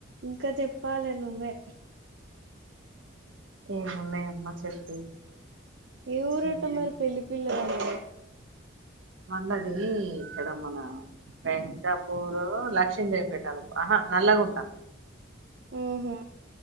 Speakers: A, on the right; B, on the right.
A: ఇంకా చెప్పాలే నువ్వే
B: ఏమున్నయమ్మా చెప్పేవి
A: ఏ ఊరట
B: ఇది
A: మరి పెళ్లి పిల్లది
B: వాళ్లది ఇక్కడ మన వెంకటపూరు లక్షిందేవిపేట అనుకు ఆహా నల్లగుంట
A: ఉహు